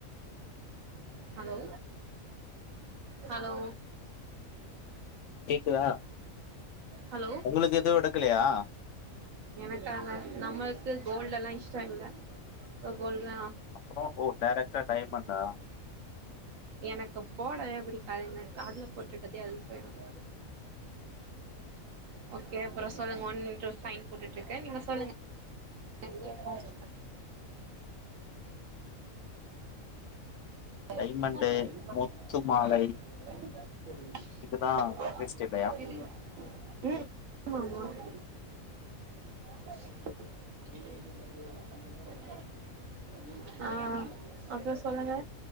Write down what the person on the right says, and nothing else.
ஹலோ ஹலோ
ஹலோ
எனக்காங்க நம்மள்க்கு கோல்டு எல்லா இஷ்ட இல்ல கோல்டு
எனக்கு போடவே புடிக்காதுங்க காதுல போட்டுருக்கதே அதிசயந்தா ஓகே அப்புற சொல்லுங்க ஒன்னுட்டு சைன் போட்டுட்ருக்கே நீங்க சொல்லுங்க இங்கேயே காஸ்ட் <inaudible>
<unintelligible>
<inaudible> ஆ அப்புறோ சொல்லுங்க